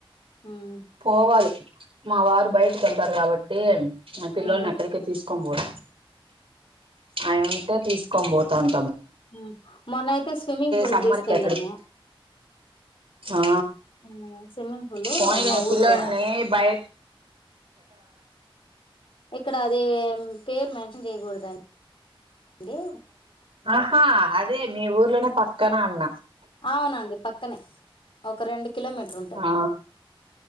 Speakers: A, on the left (about 65°); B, on the right (about 75°).
A: మ్మ్
B: పోవాలి మా వారు బయటకు వెళ్తారు కాబట్టి మా పిల్లల్ని
A: మ్హు
B: అక్కడికే తీసు కొంబోల్ అనుంటే తీసు క్కం పోతాను
A: మ్ మొన్నయితే స్విమ్మింగ్ పూల్
B: సమ్మర్
A: తీసుకెళ్ళాము
B: కి ఎక్కడికి ఆ
A: హ్మ్. స్విమ్మింగ్ పూల్
B: పోనీలే
A: మా
B: పిల్లోన్ని
A: ఊర్లో
B: బై
A: ఇక్కడ అదే మ్ పేరు మెన్షన్ చేయ్యకూడదండి అే
B: ఆహా అదే మీ ఊర్లోనే పక్కన అన్న
A: అవునండి పక్కనే ఒక రెండు కిలోమీటర్ ఉంటది
B: ఆ